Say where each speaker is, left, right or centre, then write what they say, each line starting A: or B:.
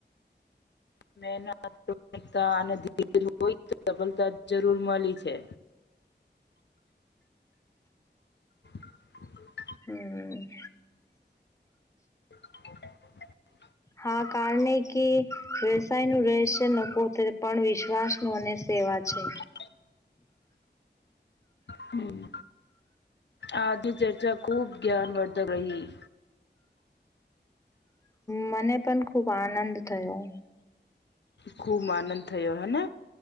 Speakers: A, on the left (about 70°); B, on the left (about 15°).
A: મેહેનત પ્રિતમિકતા અને ધીરજ હોય તો સફળતા જરૂર મલી છે. <unintelligible>
B: હમ્મ.
A: <unintelligible>
B: હા કારને કે વ્યવસાયનું રહેશે લોકો ટ્રે પણ વિશ્વાસ નું અને એવા છે.
A: <inaudible> હમ્મ. આજની ચર્ચા ખૂબ જ્ઞાન વર્ધક રહી.
B: મને પણ ખુબ આનંદ થયો.
A: ખુબ આનંદ થયો હેને,